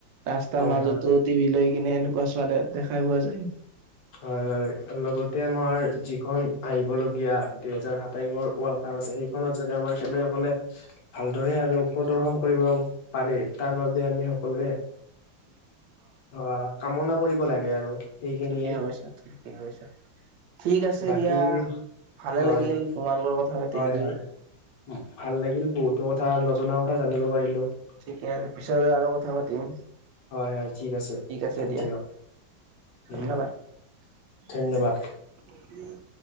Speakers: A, on the right; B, on the left.
A: ৰাস্তাৰ
B: হয়
A: মাজতো
B: হয়
A: টিভি লৈ কিনে এনেকুৱা চোৱা দে দেখা পোৱা যায়।
B: হয় হয়। লগতে আমাৰ যিখন আহিবলগীয়া দুহেজাৰ সাতাইশৰ ৱৰ্ল্ড কাপ আছে সেইখনত যাতে আমাৰ খেলুৱৈসকলে ভালদৰে আৰু প্ৰদৰ্শন কৰিব পাৰে, তাৰ বাবে আমি সকলোৱে অ কামনা কৰিব লাগে আৰু। সেইখিনিয়েই
A: ঠিকেই কৈছা ঠিকেই কৈছা। ঠিক আছে
B: বাকী
A: দিয়া ভালে
B: হয়
A: লাগিল তোমাল লগৰ কথা পাতি
B: হয়
A: আজি।
B: হয় ভাল লাগিল বহুতো কথা নজনা কথা জানিব পাৰিলো।
A: ঠিকে পিছত আৰু কথা পাতিম।
B: হয় হয় ঠিক আছে
A: আছে দিয়া
B: দিয়ক
A: ধন্যবাদ।
B: উম।
A: <unintelligible>
B: ধন্যবাদ